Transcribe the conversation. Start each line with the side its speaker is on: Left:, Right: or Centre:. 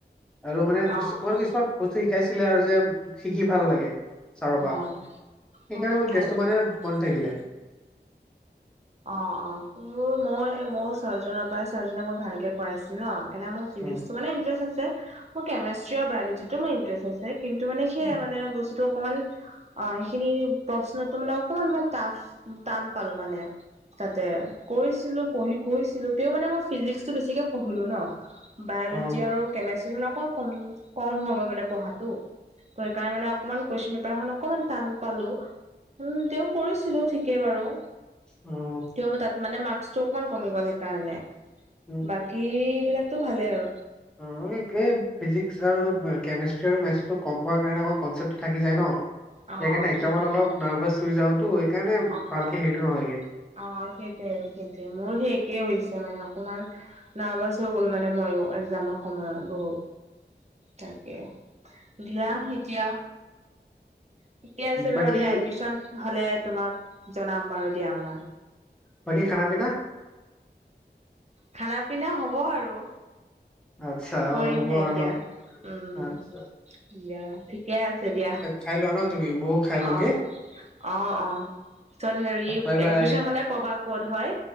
Centre: আৰু মানে
Right: অ
Centre: কিছুমান। বস্তু শিকাইছিলে আৰু যে, শিকি ভাল লাগে। চাৰৰ পৰা
Right: অ
Centre: সেইকাৰণে
Right: মোৰো
Centre: মোৰ ইন্টাৰেষ্টে
Right: ভাল
Centre: মানে বনি
Right: উম
Centre: থাকিলে।
Right: অ' অ' মই মোৰ ছৰজনৰ পৰা ছাৰজনে মই ভালকে কৰাইছিল ন। সেইকাৰনে মোৰ ফিজিক্স
Centre: অ
Right: ত' মানে ইটাৰেষ্ট আছে, মোৰ কেমেষ্ট্ৰি আৰু বায়'লজিত তো মোৰ ইণ্টাৰেষ্ট আছে। কিন্তু মানে সেয়ে
Centre: অ
Right: মানে বস্তুতটো। অকমান অ' সেইখিনি প্ৰশ্নতো মানে অকমান মই টাফ টান পালো মানে। তাতে কৰিছিলো পঢ়ি কৰিছিলো তেও মানে মই। ফিজিক্স টো বেছিকে পঢ়িলো ন, বায়লজি
Centre: অ
Right: আৰু। কেমেষ্ট্ৰ মানে অক, কম কম হৈ গল মানে পঢ়াটো। ত' সেইকাৰণে অকণমান কুৱেশচন পেপাৰ খন অকনমান টান পালো। উম, তেওঁ কৰিছিলো ঠিকে বাৰু।
Centre: উম।
Right: তেও তাত মানে মাৰ্কচটো অকমান কমি গ'ল সেইকাৰণে।
Centre: উম,
Right: বাকী বিলাকতো ভালেই আৰু।
Centre: অঁ এই - এই ফিজিক্স আৰু কেমেষ্ট্ৰি আৰু মেথছটো কম পোৱাৰ কাৰণে আমাৰ কনচেপ্টটো থাকি যায় ন।
Right: অ
Centre: সেইকাৰণে এক্সামত
Right: সেইটোৱে
Centre: অলপ নাৰ্ভাচ হৈ যাওতো সেইকাৰণে
Right: অ',
Centre: ভালকে হেৰিটো নহয়গে
Right: অ', সেইটোৱে সেইটোৱে মোৰ একেই হৈছে মানে অকমান নাৰ্ভাচ হৈ গ'লো মানে মইও এক্সামৰ সময়ত বহুত। তাকে, দিয়া এতিয়া ঠিকে আছে
Centre: বাকী
Right: বাৰু দিয়া, এডমিচন হলে তোমাক জনাম বাৰু দিয়া মই।
Centre: বাকী খানা পিনা?
Right: খানা পিনা হ'ব আৰু।
Centre: আচ্ছা
Right: কৰিমহে
Centre: হ'ব আৰু
Right: এতিয়া,
Centre: ন
Right: উম,
Centre: আচ্ছা
Right: দিয়া ঠিকে আছে দিয়া।
Centre: খাই লোৱা ন তুমি ময়ো খাই লওঁগে
Right: অ', অ', অ', পিছত হেৰি
Centre: বাই বাই।
Right: এডমিচন হলে ক'বা ক'ত হয়।